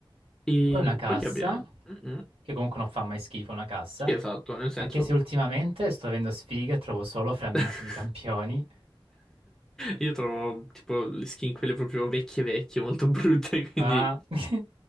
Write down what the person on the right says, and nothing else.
Poi una cassa,
che comunque non fa mai schifo una cassa,
anche se ultimamente sto avendo sfiga e trovo solo frammenti
di campioni.
Ah. <laughs>